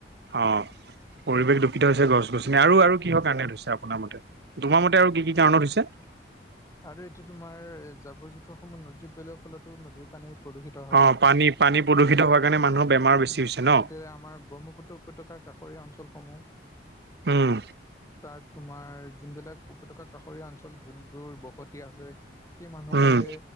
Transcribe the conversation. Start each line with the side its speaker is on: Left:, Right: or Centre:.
Right: অ', পৰিৱেশ দুূষিত হৈছে গছ গছনি আৰু আৰু কিহৰ কাৰণে হৈছে আপোনাৰ মতে। তোমাৰ মতে আৰু কি কি কাৰণত হৈছে।
Left: আৰু এতিয়া তোমাৰ এ জাবৰ জোঁথৰ সমূহ নদীত পেলোৱাৰ ফলতো নদীৰ পানী প্ৰদূষিত হয়
Right: অ
Left: উম,
Right: পানী পানী প্ৰদূষিত হোৱাৰ কাৰণে মানুহৰ বেমাৰ বেছি হৈছে ন
Left: এতিয়া আমাৰ ব্ৰহ্মপুত্ৰ উপত্যকাৰ কাষৰীয়া অঞ্চলসমূহ
Right: উম
Left: তাত তোমাৰ যোনবিলাক উপত্যকা কাষৰীয়া অঞ্চল যোনবোৰ ব সতি আছে সেই মানুহবোৰে
Right: উম